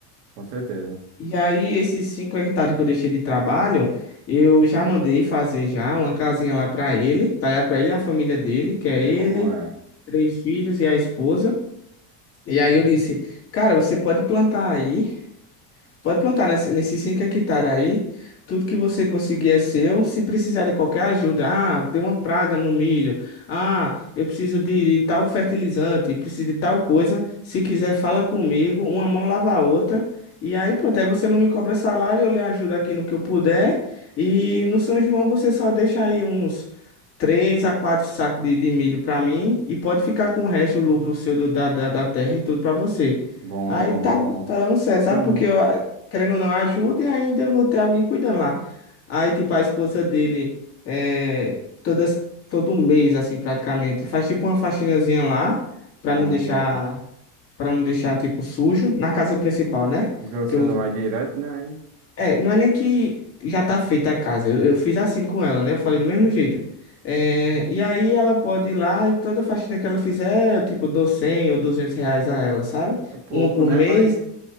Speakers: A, on the right; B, on the left.
A: com certeza.
B: E aí, esses cinco hectares que eu deixei de trabalho, eu já mandei fazer já uma casinha lá pra ele, tá ligado? Pra ele e a família dele, que
A: Sei
B: é ele.
A: como é.
B: três filhos e a esposa. E aí eu disse, cara, você pode plantar aí. Pode plantar nesse, nesses 5 hectares aí. Tudo que você conseguir é seu. Se precisar de qualquer ajuda, ah, deu uma praga no milho. Ah, eu preciso de, tal fertilizante, preciso de tal coisa. Se quiser, fala comigo. Uma mão lava a outra. E aí, pronto. Aí você não me cobra salário, eu lhe ajudo aqui no que eu puder. E no São João você só deixa aí uns 3 a 4 sacos de, de milho para mim. E pode ficar com o resto, o lucro seu do, da, da, da terra e tudo para você.
A: Bom,
B: Aí
A: bom,
B: tá,
A: bom.
B: tá dando certo,
A: Então,
B: sabe? Porque eu, querendo ou não, ajuda e ainda eu vou ter alguém cuidando lá. Aí, tipo, a esposa dele, é, todas, todo mês, assim, praticamente, faz tipo uma faxinazinha lá, pra
A: Bom,
B: não deixar,
A: bom.
B: pra não deixar, tipo, sujo, na casa principal, né?
A: Porque você
B: Que eu,
A: não vai direto, né? Aí
B: é, não é nem que já tá feita a casa, eu, eu fiz assim com ela, né? Eu falei do mesmo jeito. É, e aí ela pode ir lá e toda faxina que ela fizer, eu, tipo, dou 100 ou 200 reais a ela, sabe?
A: É pouco,
B: Uma por
A: né?
B: mês
A: Mas